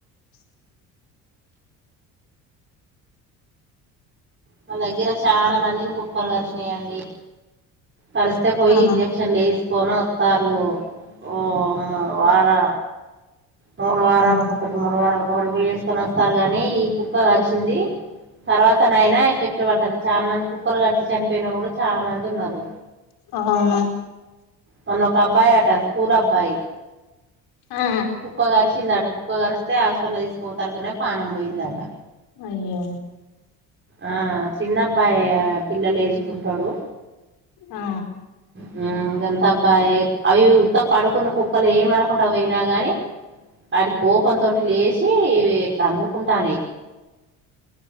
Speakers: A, on the right (about 30°); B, on the left (about 65°).
A: మా దగ్గర చానా మందిని కుక్కలు కరిచ్చినై అండి కరిస్తే పొయ్యి
B: ఆ
A: ఇంజక్షన్ లేస్ కోనొత్తారు ఓ మా వార మూడు వారాల
B: ఉమ్
A: ఒకటి మూడు వారాల ఒకడుపోయి వేసుకొని వస్తారు గాని ఈ కుక్క కరిచింది తర్వాత నైనా కానీ చానా మంది కుక్కలు కరిచి చనిపోయినోళ్ళు కూడా చానా మంది ఉన్నారు
B: అవును
A: మొన్న ఒక అబ్బాయి అట స్కూల్ అబ్బాయి
B: ఆ
A: కుక్క కరిచింది అట కుక్క కరిస్తే హాస్పటల్ తీసుకుపోయే సారికనే పాణం పోయిందాట
B: అయ్యో
A: ఆ చిన్నబ్బాయి పిల్లల్ అజికుంటాడు
B: ఆ
A: హ్ గంతా అబ్బాయి అవి ఉత్త పడుకున్న కుక్కలు ఏమనకుండా పోయినా గాని వాటి కోపం తోటి లేచి ఇట్లా అందుకుంటానాయి